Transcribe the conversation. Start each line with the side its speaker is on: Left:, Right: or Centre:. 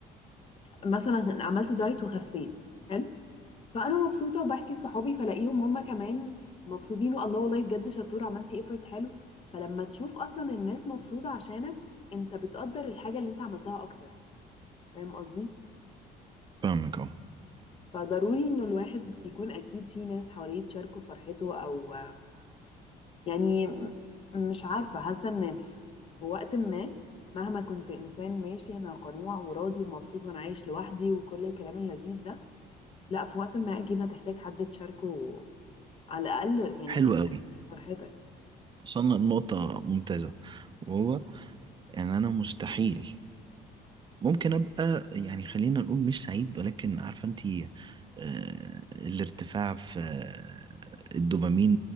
Left: مثلا عملت دايت وخسيت حلو فانا مبسوطه وبحكي لصحابي فلاقيهم هم كمان مبسوطين والله والله بجد شطوره عملتي ايفورت حلو فلما تشوف اصلا الناس مبسوطه عشانك انت بتقدر الحاجه اللي انت عملتها اكتر فاهم قصدي
Right: فاهمك اهو
Left: فضروري انه الواحد يكون اكيد في ناس حواليه تشاركه فرحته او يعني م- مش عارفه حاسه ان في وقت ما مهما كنت انسان ماشي انا قنوع وراضي ومبسوط وانا عايش لوحدي وكل الكلام اللذيذ ده لا في وقت ما اكيد هتحتاج حد تشاركه على الاقل يعني
Right: حلو قوي
Left: فرحتك
Right: وصلنا لنقطة ممتازة وهو ان انا مستحيل ممكن ابقى يعني خلينا نقول مش سعيد ولكن عارفة انت آه، الارتفاع في آه، الدوبامين